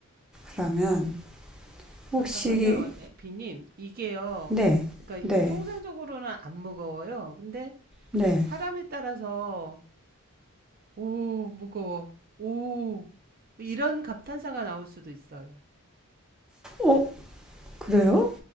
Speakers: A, in the centre; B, on the right.
A: 그러면,
B: 잠깐만요,
A: 혹시,
B: 에, 비님. 이게요,
A: 네,
B: 무, 그러니까
A: 네,
B: 통상적으로는 안 무거워요. 근데
A: 네.
B: 사람에 따라서, 오, 무거워. 오, 뭐 이런 감탄사가 나올 수도 있어요.
A: 어, 그래요?